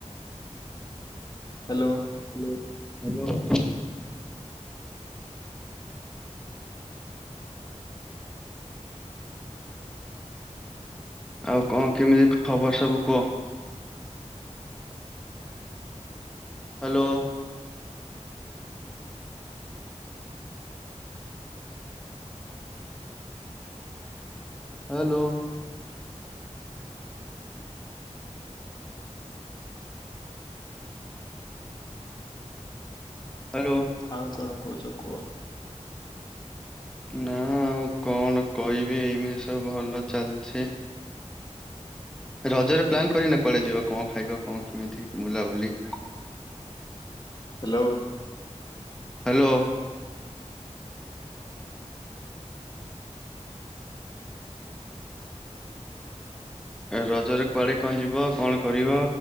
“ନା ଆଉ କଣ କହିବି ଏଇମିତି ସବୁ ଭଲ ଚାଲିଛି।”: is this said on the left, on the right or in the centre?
Centre